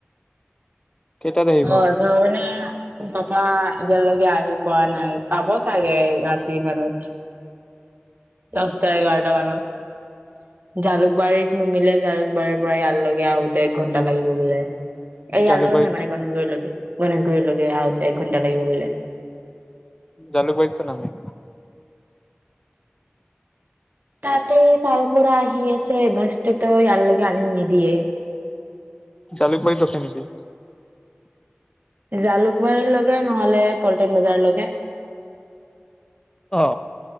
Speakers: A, on the left; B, on the right.
A: কেইটাত আহিব
B: অ ৰসগোল্লা তাপা এতিয়ালৈকে আহি পোৱা নাই পাব চাগে ৰাতি মানত দচটা এঘাৰটা মানত। জালুকবাৰীত নুমিলে জালুকবাৰীৰ পৰা ইয়াৰ লৈকে আহোঁতে এক ঘন্টা লাগিব বোলে। এইয়া
A: জালুকবাৰীত
B: লৈকে নামিলে গণেশ গুৰি লৈকে গণেশগুৰি লৈকে। এক ঘণ্টা লাগিব বোলে।
A: জালুকবাৰী চোন আমি।
B: তাতে তাৰ পৰা আহি আছে বাছ। তে ইয়া লৈকে আনি নি দিয়ে
A: জালুকবাৰীত ৰখে নিকি।
B: জালুকবাৰীৰ লৈকে নহ'লে পল্টন বজাৰ লৈকে।
A: অ